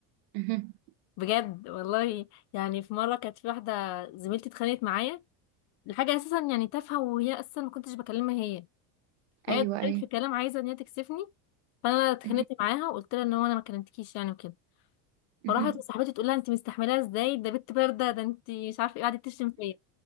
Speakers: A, on the right; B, on the left.
A: مهم.
B: بجد والله يعني في مره كانت في واحده زميلتي اتخانقت معايا لحاجه اساسا يعني تافهه وهي اصلا ما كنتش بكلمها هي فهي
A: ايوه
B: اتكلمت
A: ايوه
B: في كلام عايزه ان هي تكسفني فانا اتخانقت
A: مهم.
B: معاها وقلت لها ان هو انا ما كلمتكيش يعني وكده
A: مهم.
B: فراحت لصاحبتي تقول لها انت مستحملاها ازاي ده بنت بارده ده انت مش عارفه ايه قعدت تشتم فيا